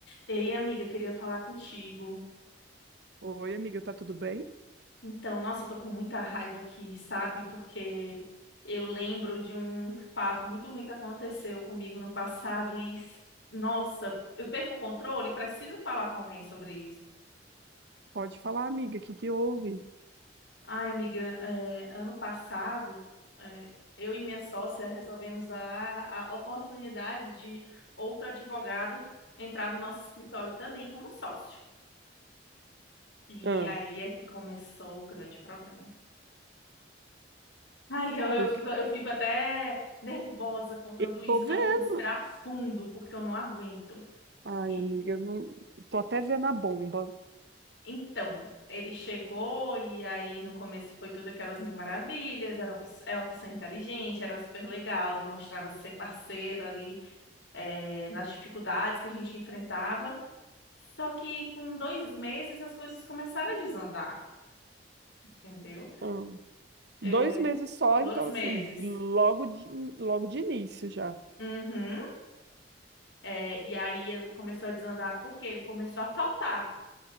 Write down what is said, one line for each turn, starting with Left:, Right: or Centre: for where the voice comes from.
Left: Ei, amiga, queria falar contigo.
Right: Oi, amiga, tá tudo bem?
Left: Então, nossa, eu tô com muita raiva aqui, sabe? Porque eu lembro de um fato muito ruim que aconteceu comigo no passado e, nossa, eu perco o controle e preciso falar com alguém sobre isso.
Right: Pode falar, amiga, o que que houve?
Left: Ai, amiga, é, ano passado, é, eu e minha sócia resolvemos dar a oportunidade de outro advogado entrar no nosso escritório também como sócio. E
Right: Ah,
Left: aí é que começou o grande problema. Ai, eu, eu
Right: Porque
Left: fico, eu fico até nervosa contando
Right: eu
Left: isso.
Right: tô vendo.
Left: Eu tenho que respirar fundo, porque eu não aguento.
Right: Ai,
Left: E
Right: amiga, não... tô até vendo a bomba.
Left: então, ele chegou, e aí no começo foi tudo aquelas mil maravilhas. Era uma, pes- é uma pessoa inteligente, era super legal, demonstrava ser parceiro ali, eh, nas dificuldades que a gente enfrentava. Só que com dois meses as coisas começaram a desandar, entendeu?
Right: ah,
Left: É,
Right: Dois meses só,
Left: dois
Right: então,
Left: meses.
Right: assim, logo de, logo de início já.
Left: Uhum. É, e aí eh, começou a desandar porque ele começou a faltar.